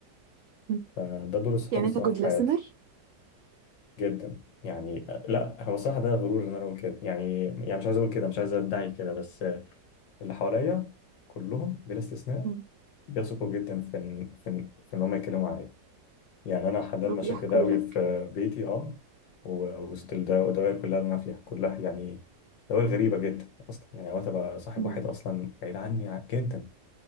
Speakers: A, on the right; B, on the left.
A: مم.
B: فده دور الصحاب
A: يعني
B: الصراحه
A: انت جود
B: في
A: listener
B: حياتي جدا يعني آه، لا هو الصراحه ده غرور ان انا اقول كده يعني يعني مش عايز اقول كده مش عايز ادعي كده بس آه، اللي حواليا كلهم بلا استثناء
A: مم.
B: بيثقوا جدا في ان في ان في إن هم يتكلموا معايا يعني انا حلال
A: وبيحكوا
B: مشاكل قوي
A: لك
B: في بيتي اه و- وسط الد- الدوائر كلها اللي انا فيها كلها يعني دوائر غريبه جدا اصلا يعني اوقات ابقى صاحب
A: مم.
B: واحد اصلا بعيد عني ع- جدا